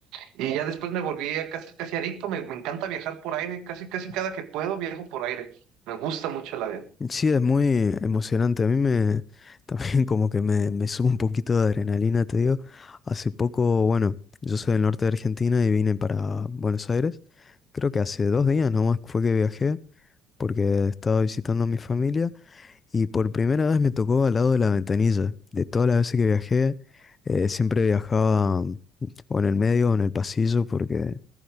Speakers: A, on the right; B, on the left.
A: Y ya después me volví a casi casi adicto, me, me encanta viajar por aire, casi casi cada que puedo viajo por aire. Me gusta mucho el avión.
B: Sí, es muy emocionante. A mí me <laughs> también como que me, me sube un poquito de adrenalina, te digo. Hace poco, bueno, yo soy del norte de Argentina y vine para Buenos Aires. Creo que hace dos días nomás fue que viajé porque estaba visitando a mi familia y por primera vez me tocó al lado de la ventanilla. De todas las veces que viajé, eh, siempre viajaba mm, o en el medio o en el pasillo porque